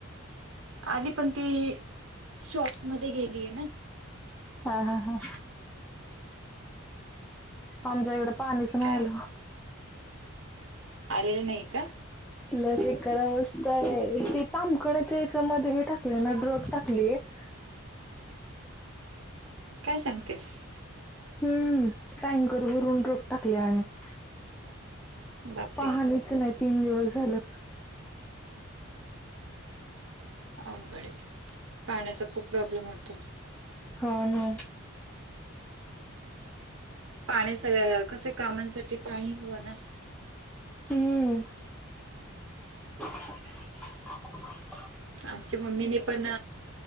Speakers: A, on the right (about 65°); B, in the centre.
A: आली पण ती शॉपमध्येध्ये गेलीय ना.
B: हा हा हा. आमच्या हिकड पाणीच नाही
A: काय
B: आल.
A: आलेल नाही का?
B: <unintelligible>
A: काय सांगतेस.
B: <unintelligible>
A: बापरे
B: पाहणीच नाही तीन दिवस झालं.
A: अवघड आहे पाण्याचा खूप प्रॉब्लेम होतो.
B: हो ना.
A: पाण्या सगळ कस कामांसाठी पाणी हवं ना.
B: हम्म. <unintelligible>
A: आमच्या मम्मीने पण